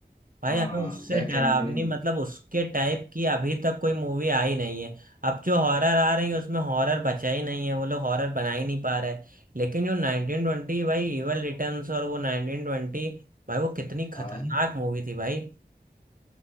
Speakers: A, on the right (about 55°); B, on the left (about 30°).
A: भाई
B: हाँ
A: हमें उससे
B: द
A: डरावनी
B: कंजरिंग
A: मतलब उसके टाइप की अभी तक कोई मूवी आई नहीं है अब जो हॉरर आ रही है उसमें हॉरर बचा ही नहीं है वो लोग हॉरर बना ही नहीं पा रहे लेकिन जो नाइनटीन ट्वेंटी भाई इविल रिटर्न्स और वो नाइनटीन ट्वेंटी भाई वो कितनी
B: हाँ
A: खतरनाक मूवी थी भाई